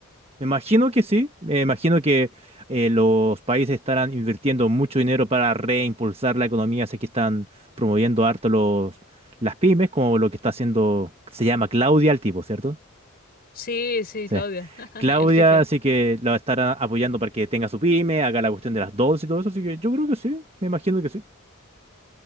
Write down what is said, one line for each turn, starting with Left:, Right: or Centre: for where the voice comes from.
Right: me imagino que sí, me imagino que eh, los países estarán invirtiendo mucho dinero para reimpulsar la economía, sé que están promoviendo harto los, las pymes, como lo que está haciendo, se llama Claudia el tipo, ¿cierto?
Left: Sí, sí,
Right: Sí.
Left: Claudia, <laughs>
Right: Claudia,
Left: el jefe.
Right: así que la estarán apoyando para que tenga su pyme, haga la cuestión de las dos y todo eso, así que yo creo que sí, me imagino que sí.